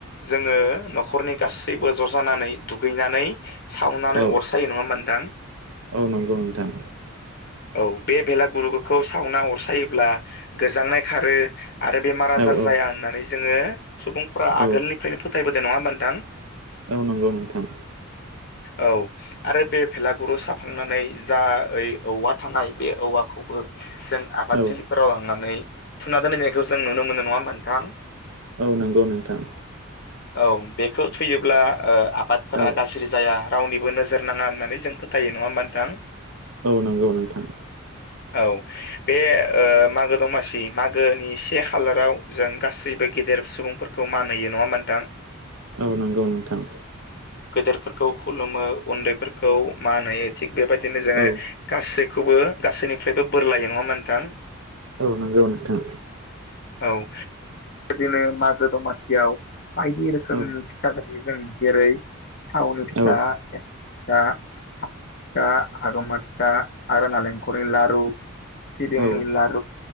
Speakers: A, on the left; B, on the right.
A: जोङो नखरनि गासैबो ज जानानै दुगैनानै सावनानै
B: औ
A: अरसायो नङा ओमबा नोंथां?
B: औ नंगौ नोंथां।
A: औ बे बेलागुरुखौ सावना अरसायोब्ला गोजांनाय खारो आरो बेमार आजार
B: औ औ
A: जाया होननानै जोङो सुबुंफोरा
B: औ
A: आगोलनिफ्रायनो फोथायबोदो नङा ओमबा नोंथां?
B: औ नंगौ नोंथां।
A: औ आरो बे भेलागुरु सावखांनानै जा ओइ औवा थानाय बे औवाखौबो जों आबाद
B: औ
A: थिलिफोराव लांनानै थुना दोनहैनाय खौ जों नुनो मोनो नङा ओमबा नोंथां?
B: औ नंगौ नोंथां।
A: औ बेखौ थुयोब्ला ओ आबादफोरा
B: औ
A: गाज्रि जाया रावनिबो नोजोर नाङा होननानै जों फो थायो नङा ओमबा नोंथां?
B: औ नंगौ। नोंथां
A: औ बे ओ मागो दमासि मागोनि से खालाराव जों गासैबो गेदेर सुबुंफोरखौ मान होयो नङा ओमबा नोंथां?
B: औ नंगौ। नोंथां
A: गेदेरफोरखौ खुलुमो उन्दैफोरखौ मान होयो थिग बेबायदिनो जोङो
B: औ
A: गासैखौबो गासैनिफ्रायबो बोर लायो नङा ओमबा नोंथां?
B: औ नंगौ नोंथां
A: औ बिदिनो मागो दमासियाव बायदि रोखोमनि
B: औ
A: फिथा जायो जों जेरै थावनि
B: औ
A: फिथाया
B: नंगौ नोंथां औ
A: फिथा हारुमा फिथा आरो नालेंखरनि लारु सिबिंनि
B: औ
A: लारु